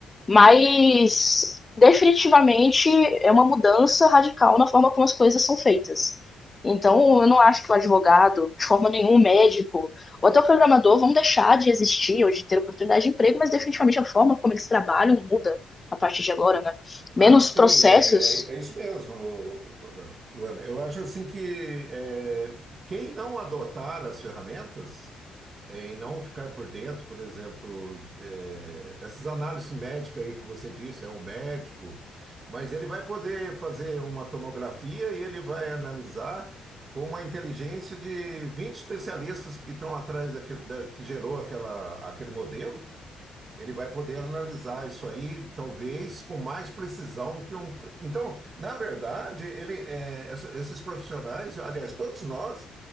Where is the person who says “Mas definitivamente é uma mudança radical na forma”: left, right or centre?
Left